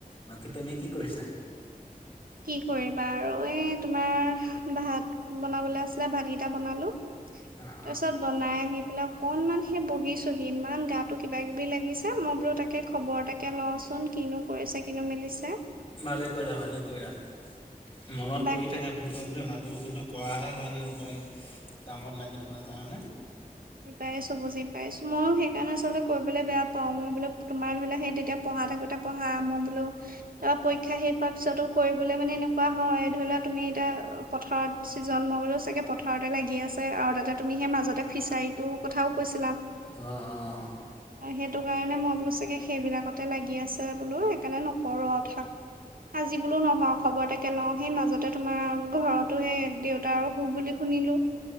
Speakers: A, on the left (about 35°); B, on the right (about 70°).
A: বাকী তুমি কি কৰিছা?
B: কি কৰিবা আৰু এ তোমাৰ ভাত বনাবলৈ আছিলে ভাতকেইটা বনালো। তাৰ
A: অ', অ'।
B: পিছত বনাই আহি পলে অকনমান সেই বহিছোহি ইমান গা কিবা কিবি লাগিছে মই বোলো তাকে খবৰ তাকে লওঁ। চোন কিনো কৰিছে কিনো মিলিছে।
A: ভালে কৰিলা, ভালে কৰিলা মনত
B: বাকী
A: পৰি থাকে ফোন কৰিম বুলি ভাবো কিন্তু কৰাহে কৰাহে হোৱা নাই ৰবা কামত লাগি থকা কাৰণে।
B: বুজি পাইছো, বুজি পাইছো ময়ো সেইকাৰণে আচলতে কৰিবলৈ বেয়া পাওঁ, মই বোলো তোমাৰ ধৰিলেও সেই তেতিয়া পঢ়া থাকোতে পঢ়া মই বোলো তাৰ পৰীক্ষা শেষ হোৱাৰ পিছতো কৰিবলে মানে এনেকুৱা হয় ধৰি লোৱা তুমি এতিয়া পথাৰত ছিজনমবও চাগে পথাৰতে লাগি আছে আৰু তাতে তুমি সেই মাজতে ফিচাৰী তোৰ কথাও কৈছে
A: অহ-অহ অ'।
B: সেইটো কাৰণে মই বোলো চাগে সেইবিলাকতে লাগি আছে বোলো সেইকাৰণে নকৰো আৰু থাক আজি বোলো নহও খবৰ তাকে লওঁ সেই মাজতে তোমাৰ ঘৰতো সেই দেউতাৰ অসুখ বুলি শুনিলোঁ।